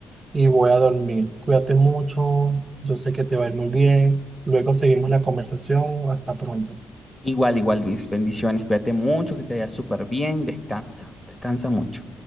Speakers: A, on the right; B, in the centre.
A: y voy a dormir. Cuídate mucho, yo sé que te va a ir muy bien. Luego seguimos la conversación. Hasta pronto.
B: Igual, igual, Luis, bendiciones, cuídate mucho, que te vaya súper bien, descansa, descansa mucho.